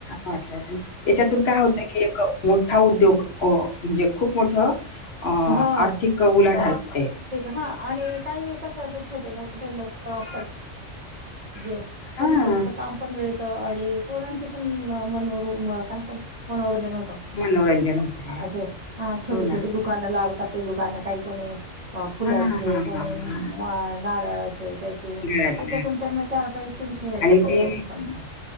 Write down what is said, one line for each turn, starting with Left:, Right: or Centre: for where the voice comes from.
Left: वाटलं पण याच्यात तुन काय होतय की एक मोठा उद्योग अ म्हणजे खूप मोठं अ
Right: ह
Left: आर्थिक उलाढाल होते.
Right: हा आणि काही कसं असे छोटे मोठे लोक असतात. जे
Left: हां,
Right: त्यांना मस्तं काम पण मिळतं अणि पोरांचे पण मनोरुग्ण मनोरंजन होतं
Left: मनोरंजन होते.
Right: आ असे हा छोटी
Left: हो ना.
Right: छोटे दुख- दुकानं लावतात ते दुकान काही कोणी अ फुलांचे
Left: हां,
Right: कोणी नारळाचं त्याचे
Left: <unintelligible>
Right: त्यातून चार पैसे मिळतात
Left: आणि
Right: त्या
Left: ते
Right: लोकांना